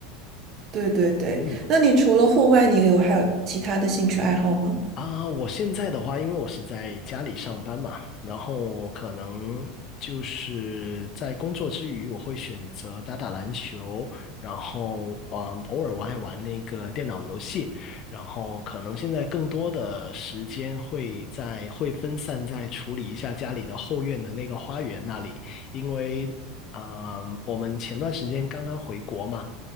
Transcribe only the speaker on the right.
对对对，
那你除了户外，你有还有其他的兴趣爱好吗？